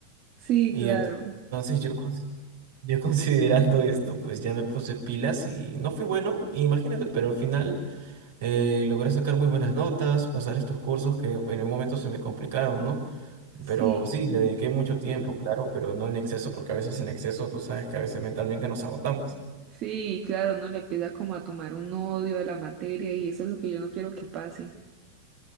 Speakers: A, on the right (about 35°); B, on the right (about 55°).
A: Sí,
B: Y
A: claro.
B: ent- entonces yo, cons- yo <laughs> considerando esto, pues ya me puse pilas y no fui bueno, imagínate, pero al final... Eh, logré sacar muy buenas notas, pasar estos cursos que en un momento se me complicaron, ¿no?
A: Sí,
B: Pero sí, le dediqué mucho tiempo, claro, pero no en exceso, porque a veces en exceso tú sabes que a veces mentalmente nos agotamos.
A: sí, claro, uno le empieza como a tomar un odio a la materia y eso es lo que yo no quiero que pase.